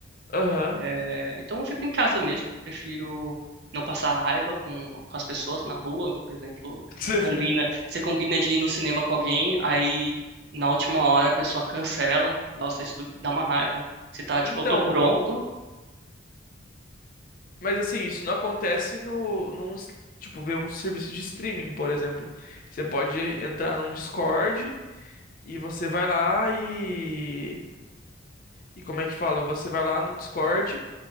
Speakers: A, on the left; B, on the right.
A: aham.
B: É, então eu fico em casa mesmo, prefiro não passar raiva com, com as pessoas na rua, por exemplo,
A: <laughs>
B: você combina, você combina de ir no cinema com alguém, aí na última hora a pessoa cancela, nossa, isso dá uma raiva. Você tá tipo,
A: Então,
B: eu tô pronto,
A: mas assim, isso não acontece no, num, s- tipo, ver um serviço de streaming, por exemplo. Você pode entrar num Discord e você vai lá e. E como é que fala? Você vai lá no Discord